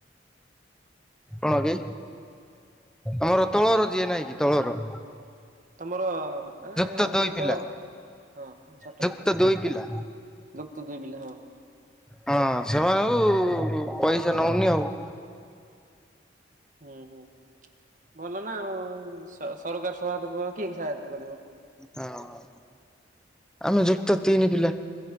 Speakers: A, in the centre; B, on the right.
A: କଣ କି ଆମର ତଳର ଯିଏ ନାଇଁ କି ତଳର।
B: ତମର ମାନେ
A: ଯୁକ୍ତ ଦୁଇ
B: ଯିଏ
A: ପିଲା
B: ଲ ହଁ ଛୋଟ
A: ଯୁକ୍ତ
B: ପିଲା।
A: ଦୁଇ ପିଲା
B: ଯୁକ୍ତ ଦୁଇ ପିଲା ହଁ।
A: ହଁ ସେମାନଙ୍କୁ ପଇସା ନଉନି ଆଉ।
B: ହୁଁ ହୁଁ ଭଲ ନା ଆଉ। ସ ସରକାର ସହାୟତା କରିବ କିଏ ସହାୟତା କରିବ।
A: ହଁ। ଆମେ ଯୁକ୍ତ ତିନି ପିଲା।